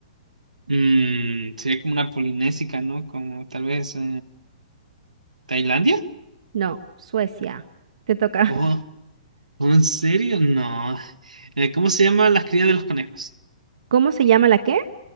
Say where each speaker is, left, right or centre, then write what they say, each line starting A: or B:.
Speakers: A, on the right; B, on the right.
A: Mm, sería como una polinésica, ¿no? Como tal vez eh, Tailandia.
B: No, Suecia. Te toca.
A: Oh,
B: <laughs>
A: ¿en serio? No. Eh, ¿cómo se llama las crías de los conejos?
B: ¿Cómo se llama la qué?